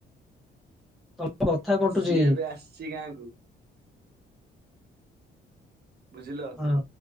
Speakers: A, in the centre; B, on the right.
A: ତମ କଥା କଟୁଛି
B: ସିଏ ଏବେ ଆସଚି ଗାଁକୁ ବୁଝିଲ।
A: ହଁ।